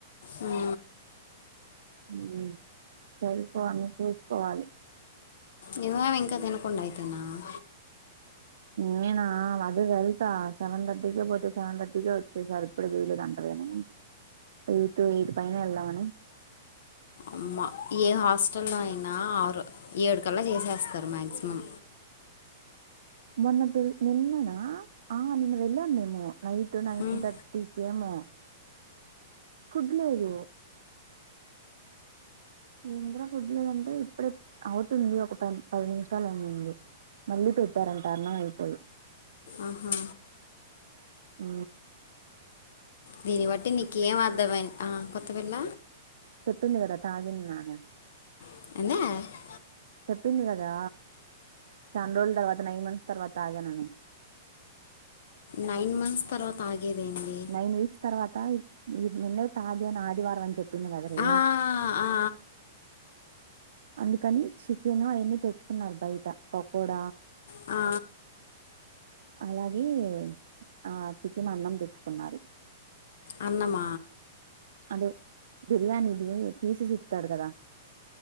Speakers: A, on the left; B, on the right.
A: ఆ
B: <unintelligible> చూసుకోవాలి
A: నువ్వేమి ఇంకా తినకుండా అయితేనావ్
B: నేనా అదే వెళ్తా సెవెన్ థర్టీకి పోతే సెవెన్ థర్టీకే వచ్చేసార్ ఇప్పుడు చేయలేదు అంటారు ఆని ఊరికే ఏఇటు పైనే వెళ్దామని
A: అమ్మా ఏ హాస్టల్లో అయిన ఆరు ఏడుకల్లా చేసేస్తారు మ్యాక్సిమం
B: మొన్న నిన్ననా ఆ నిన్న వెళ్ళాం మేము నైట్ నైన్
A: ఉమ్
B: థర్ టీ కేమో ఫుడ్ లేదు ఇంద్ర ఫుడ్ లోదంటే ఇప్పుడే అవుతుంది ఒక ప పది నిమిషాలు అనింది మళ్ళీ పెట్టారంట అన్నం అయిపో <unintelligible>
A: ఆహా
B: ఊ
A: దీని బట్టి నీకు ఏం అర్ధంమై ఆ కొత్త పిల్ల
B: చెప్పింది కదా తాగింన్నా <unintelligible> అని
A: <unintelligible>
B: చెప్పింది కదా చాన్ రోజుల తర్వాత నైన్ మంత్స్ తర్వాత తాగాను అని
A: నైన్ మంత్స్ తర్వాత తాగేది ఏంది
B: నైన్ వీక్స్ తర్వాత ఈ నిన్నే తాగను ఆదివారం అని చెప్పింది కదవే
A: ఆ, ఆ,
B: అందుకని చికెను అవన్ని తెచ్చుకున్నారు బయట పకోడ
A: ఆ
B: అలాగే ఆ చికెన్ అన్నం తెచ్చుకున్నారు
A: అన్నమ
B: అదే బిర్యానీది పీసెస్ ఇస్తాడు కదా